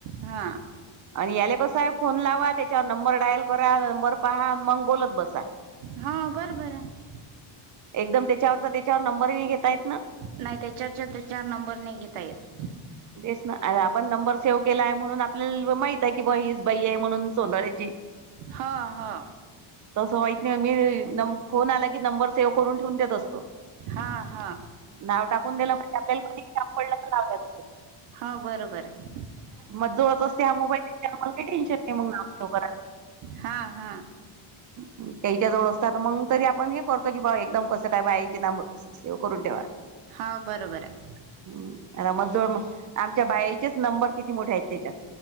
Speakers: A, on the right; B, on the right.
A: हा
B: आणि याले का साहेब फोन लावा त्, याच्यावर नंबर डायल करा, नंबर पहा मग बोलत बसा.
A: हा बरोबर आहे
B: एकदम त्याच्यावरचा तेच्यावर नंबरही घेता येत ना.
A: नाही त्याच्यावरच्या त्याच्यावर नंबर नाही घेता येत.
B: तेच ना अरे आपण नंबर सेव्ह केलाय, म्हणून आपल्याला माहित आहे की बाबा हीच बाई आहे म्हणून. सोंडाळेची.
A: हो हो.
B: तसं माहित नाही, मी फोन आला की नंबर सेव्ह करून ठेवून देत असतो.
A: हां हां
B: नाव टाकून दिलं म्हणजे आपल्याला कधी सापडलं तर लावता येते.
A: हो बरोबर आहे
B: मग जवळ बसत्या हा मोबाईल घीत्या, मला काही टेन्शन नाही मग नाव सेव करायला.
A: हां हां.
B: त्याच्या जवळ असतात मग तरी आपण हे करतो की, भाऊ एकदम कसं काय बायायचे नाम सेव करून ठेवा.
A: हा बरोबर आहे
B: <unintelligible> जवळ मग आमच्या बायाचेच नंबर किती मोठे आहेत तेच्यात.